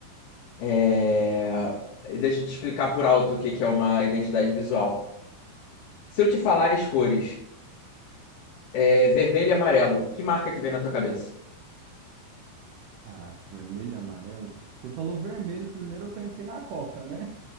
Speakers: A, on the left; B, on the right.
A: É... Deixa eu te explicar por alto o que que é uma identidade visual. Se eu te falar as cores, é, vermelho e amarelo, que marca que vem na tua cabeça?
B: Caraca, vermelho e amarelo. Você falou vermelho primeiro, eu pensei na Coca, né?